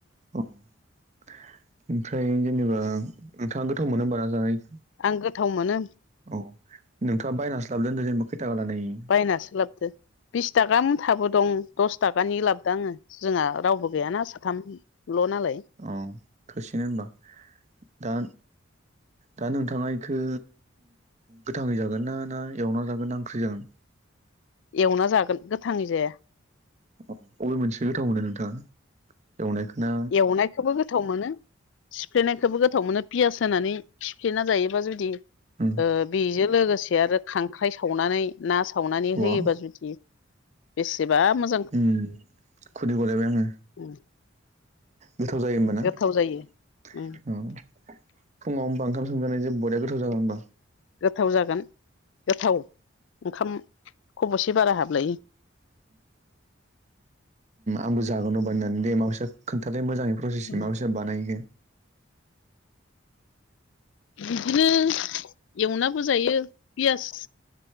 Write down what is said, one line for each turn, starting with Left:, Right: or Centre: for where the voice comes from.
Right: औ ओमफ्राय जेनेबा नोंथाङा गोथाव मोनो होमबा जानाय
Left: आं गोथाव मोनो
Right: औ नोंथाङा बायनानैसो लाबोदों होनदो जेनेबा खैथाका लानाय इयो?
Left: बायनासो लाबदो बिस थाखा मुथाबो दं दस थाखानि लाबदो आङो। जोंहा रावबो गैयाना साथामल' नालाय
Right: औ थोसिगोन होमबा। दा दा नोंथाङा बेखौ गोथाङै जागोन ना ना एवना जागोन ना ओंख्रि जागोन?
Left: एवना जागोन गोथाङै जाया।
Right: अबे मोनसे गोथाव मोनो नोंथाङा? एवनायखौना
Left: एवनायखौबो गोथाव मोनो। सिफ्लेनायखौबो गोथाव मोनो पियास होनानै सिफ्लेना जायोबा जुदि
Right: उम
Left: ओ बेजो लोगोसे आरो खांख्राइ सावनानै ना सावनानै
Right: वाव
Left: होयोबा जुदि बेसेबा मोज
Right: ओम खुदै गलायबाय आङो।
Left: <inaudible>
Right: गोथाव जायो होमबाना
Left: गोथाव
Right: अह
Left: जायो उम
Right: फुङाव होमबा ओंखाम सोमजानायजों बरेया गोथाव जागोन होमबा।
Left: गोथाव जागोन गोथाव ओंखाम खबसे बारा हाबलायो
Right: आंबो जागोन अबाय होननानै दे माबैसो खोनथादो मोजाङै प्रसेस
Left: उम
Right: माबासे बानायगोन?
Left: बिदिनो एवनाबो जायो पियास